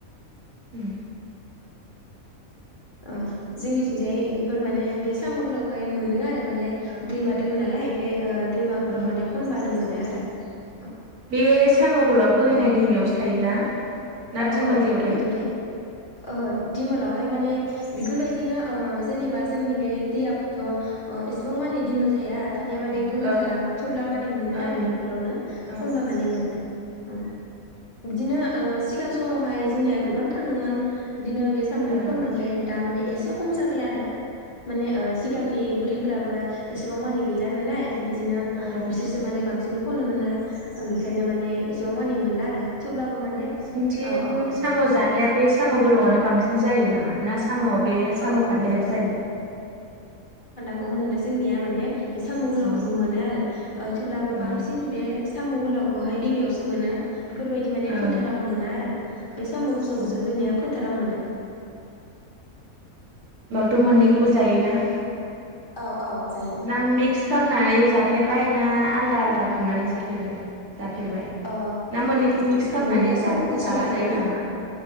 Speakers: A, on the right; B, on the left.
A: ओम।
B: ओ जोंनिथिंजाय बेफोर माने बे साम' गोलावखाय मोनो आरो माने
A: औ
B: दैमा दोङो नालाय बे दैमाफोराव
A: औ
B: माने खनबानो मोनो आरो। <unintelligible>
A: बे साम' गोलावा बोहैनाय
B: औ
A: दैमायावसो थायोना? ना
B: औ
A: दिमोल
B: औ
A: दैयाव
B: बेफोरबायदियाव थायो, ओहो दिमोलावहाय माने बेफोरबायदिनो जेनेबा जोंनि बे दैयाथ' एसेबां मानिे दिमोल थाया थानाया
A: ओं
B: माने बोहैखालाङो
A: औ
B: थेवब्ला माने मोनो
A: ओं
B: आरो बेफोरावनो
A: औ
B: खनबा माने मोनो औ। बिदिनो ओ सिगां समावहाय जोंनिया गोबां थाङोमोन बिदिनो बे साम'
A: ओं
B: खननो ओमफ्राय दा माने एसे खम जाबाय आरो। माने ओ सिगांनि बुरि फोराबो एसेबां मानि गैला नालाय बि दिनो
A: ओं
B: बिसोरसो माने बांसिन खनो मोना बेखायनो माने
A: औ
B: एसेबां मानि मोनला आरो थेवब्लाबो माने
A: सिंनिथिं
B: औ औ
A: साम' जानाया बे साम' गोलावआनो बांसि जायो नामा? ना साम' बे साम'
B: औ
A: खान्दायाबो जायो।
B: खौ मोनो जोंनिया माने बे साम' गोल'खौबो
A: औ
B: मोनो आरो ओ थेवब्लाबो
A: औ
B: बांसिन बे साम' गोलावखौहाय दैमायावसो मोनो बेफोरबायदि माने
A: ओं
B: फोथाराव मोनाआरो बे साम' गुसुंखौसो
A: ओं
B: जोंनिया फोथाराव मोनो
A: होमबाबोथ' मोननैखौबो जायोना?
B: औ औ जायो
A: ना मिक्स खालामनानै जाफेरबाय ना आलदा आललादा खालामामनानै जाफेरो जाफेरबाय
B: ओ
A: ना मोननैखौ मिक्स खालामनानै
B: बे
A: जा-जाजायो
B: साम'खौ संनानै ना
A: नामा?